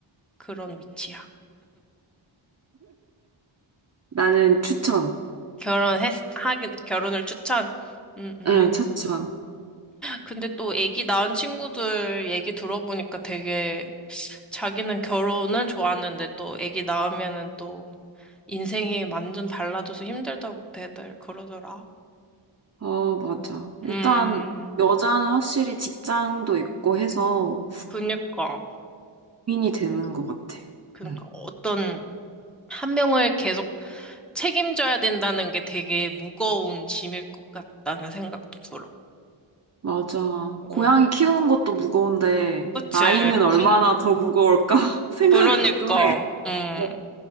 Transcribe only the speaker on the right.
나는 추천.
응, 추천.
어, 맞아. 일단,
여자는 확실히 직장도 있고 해서
고민이 되는 것 같아.
응,
맞아. 고양이
키우는 것도 무거운데,
아이는 얼마나 더 무거울까 <laughs> 생각을
가끔 해.
어,